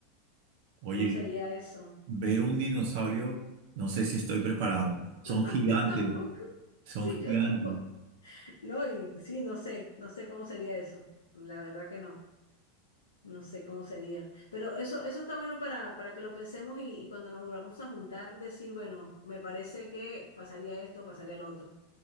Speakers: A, on the right (about 60°); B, on the left (about 80°).
A: Oye,
B: ¿Cómo sería eso?
A: ver un dinosaurio, no sé si estoy preparado. Son
B: <laughs>
A: gigantes,
B: Yo tampoco,
A: son
B: sí,
A: gigantes.
B: yo tampoco. No, y sí, no sé, no sé cómo sería eso. La verdad que no, no sé cómo sería. Pero eso, eso está bueno para, para que lo pensemos y, y cuando nos volvamos a juntar, decir, bueno, me parece que pasaría esto, pasaría lo otro.